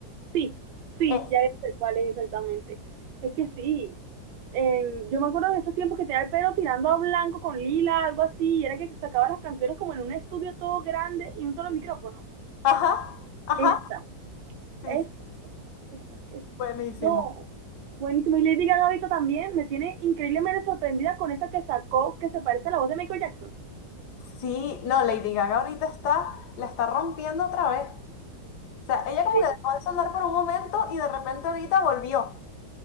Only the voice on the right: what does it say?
Sí, sí,
ya sé cuál es exactamente. Es que sí. eh, yo me acuerdo de esos tiempos que tenía el pelo tirando a blanco con lila, algo así, y era que sacaba las canciones como en un estudio todo grande y un solo micrófono.
Esta,
esta, esta, esta, esta.
No, buenísimo. Y Lady Gaga ahorita también me tiene increíblemente sorprendida con esa que sacó que se parece a la voz de Michael Jackson.
Increíble.